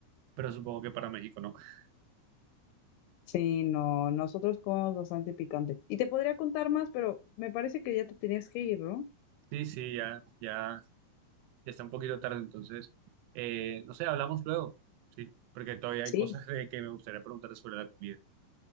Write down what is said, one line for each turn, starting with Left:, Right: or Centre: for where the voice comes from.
Right: pero supongo que para México no. <laughs>
Left: Sí, no, nosotros comemos bastante picante. Y te podría contar más, pero me parece que ya te tenías que ir, ¿no?
Right: Sí, sí, ya, ya Ya está un poquito tarde, entonces, eh, no sé, hablamos luego, ¿sí? Porque todavía
Left: Sí,
Right: hay cosas de que me gustaría preguntarte sobre la comida.